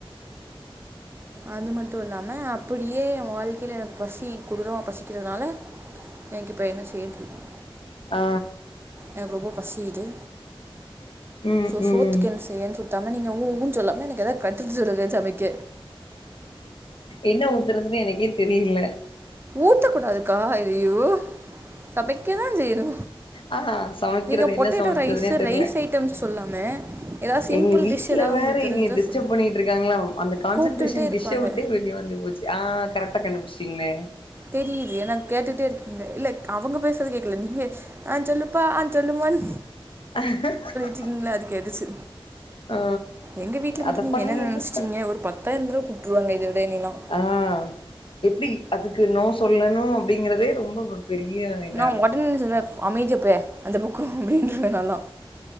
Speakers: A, on the right; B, on the left.
A: அது மட்டு இல்லாம அப்டியே எ வாழ்க்கைல எனக்கு பசி கொடுறமா பசிக்கிறதுனால எனக்கு இப்போ என்ன செய்ய தெரியும்
B: ஆ
A: எனக்கு ரொம்ப பசிக்குது
B: ம்
A: சோ
B: ம்
A: சோத்துக்கு என்ன செய்யன்னு சொல் தன நீங்க உ உ னு சொல்லாம எனக்கு எதாவ் கருத்து சொல்லுங்க சமைக்க
B: என்ன ஊத்துறதுன்னு எனக்கே தெரில
A: ஊத்தக் கூடாதுக்கா அய்யயோ சமைக்கதா செய்யணு
B: ஆ சமைக்கிறது
A: நீங்க பொட்டேட்டோ
B: என்ன சமைக்கிறதுனே
A: ரைஸ்
B: தெர்ல
A: ரைஸ் ஐட்டம் சொல்லாம எதாவ் சிம்பிள்
B: எங்க
A: டிஷ்
B: வீட்ல
A: ஏதாவது
B: வேற
A: உங்களுக்கு தெரிஞ்சா
B: என்னைய டிஸ்டர்ப்
A: சொல்லுங்க
B: பண்ணிட்டு இருக்காங்களாம் அந்த கான்சன்டேரஷன்
A: கூப்ட்டுக்கிட்டே இருப்பாங்க
B: டிஷ்ஷ விட்டே வெளிய வந்து போச்சு ஆ கரெக்ட்டா கண்டுபுடிச்சிட்டிங்ளே
A: தெரியுது ஏனா கேட்டுட்டே இருக்கம்ல இல்ல அவங்க பேசுறது கேக்குல நீயே ஆ சொல்லுப்பா ஆ சொல்லுமானு
B: <inaudible>
A: திங்ல அது கெடச்து
B: ஆ
A: எங்க வீட்ல மட்டு
B: அத
A: நீங்க
B: பண்ணு
A: என்னென்ன
B: இத
A: நெனச்ட்டீங்க
B: பண்ணு
A: ஒரு பத் தாயிரம் தடவ கூப்ட்டுருவாங்க இத விட என்னேலா
B: ஆஹ்ன் எப்டி அதுக்கு நோ சொல்லணு அப்டிங்கறதே ரொம்ப பெரிய இதா
A: நான்
B: இருக்குது
A: ஒடனே சொல்றே அமைதியப்பே அந்த பக்கோ அப்படின்ருவே நாலா